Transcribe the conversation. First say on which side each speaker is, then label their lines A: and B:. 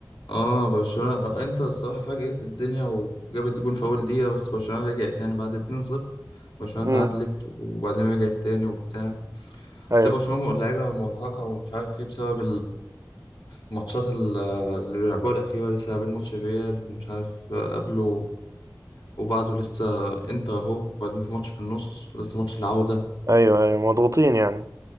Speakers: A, on the left (about 80°); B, on the right (about 45°).
A: اه برشلونة انتر الصراحة فاجئت الدنيا وجابت جون في أول دقيقة بس برشلونة رجعت يعني بعد 2-0 برشلونة
B: امم
A: تعادلت وبعدين رجعت تاني وبتاع
B: ايوه
A: بس هي برشلونة لعيبة مرهقة ومش عارف ايه بسبب ماتشات ال- اللي بيلعبوها الأخيرة لسه لاعبين ماتش ريال ومش عارف آه، قبله وبعده لسه إنتر أهو وبعدين في ماتش في النص ولسه ماتش العودة
B: ايوه ايوه مضغوطين يعني